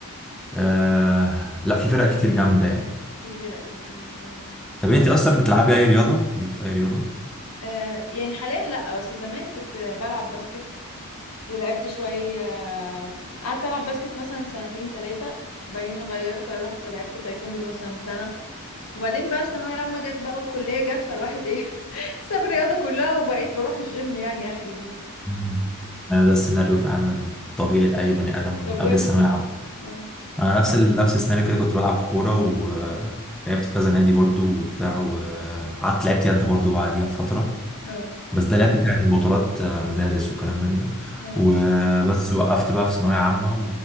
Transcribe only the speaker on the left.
في فرق كتير اه
آه، يعني حاليا لا بس زمان كنت بلعب باسكت ولعبت شوية قعدت ألعب باسكت مثلا سنتين تلاتة بعدين غيرت رحت لعبت تايكوندو مثلا سنة وبعدين بقى الثانوية العامة جت بقى والكلية جت فالواحد ايه <laughs> ساب الرياضة كلها وبقيت بروح الجيم يعني آخري بس.
طب
وانت؟
اه
اه
اه